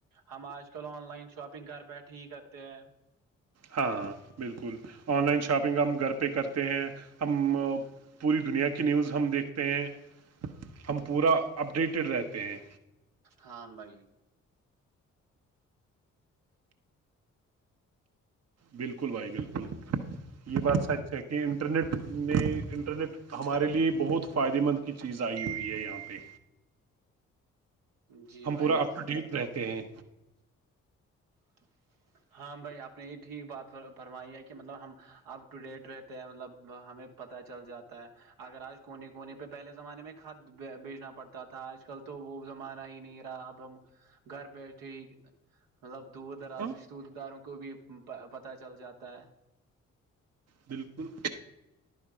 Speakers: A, on the right; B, on the right.
A: ہم آج کل آن لائن شاپنگ گھر بیٹھے ہی کرتے ہیں
B: ہاں بالکل آن لائن شاپنگ ہم گھر پہ کرتے ہیں ہم پوری دنیا کی نیوز ہم دیکھتے ہیں ہم پورا اپڈیٹڈ رہتے ہیں
A: ہاں بھائی
B: بالکل بھائی بالکل یہ بات سچ ہے کہ انٹرنیٹ نے انٹرنیٹ ہمارے لیے بہت فائدے مند کی چیز آئی ہوئی ہے یہاں پہ
A: جی
B: ہم
A: بھائی
B: پورا اپ ٹو ڈیٹ رہتے ہیں
A: <unintelligible> <inaudible> ہاں بھائی آپ نے یہ ٹھیک بات فرمائی ہے کہ مطلب ہم اپ ٹو ڈیٹ رہتے ہیں مطلب ہمیں پتہ چل جاتا ہے اگر آج کونے کونے پہ پہلے زمانے میں کھاد بیچنا پڑتا تھا آج کل تو وہ زمانہ ہی نہیں رہ اب ہم گھر بیٹھے مطلب دور دراز
B: ہاں
A: رشت داروں کو بھی پتہ چل جاتا ہے
B: بالکل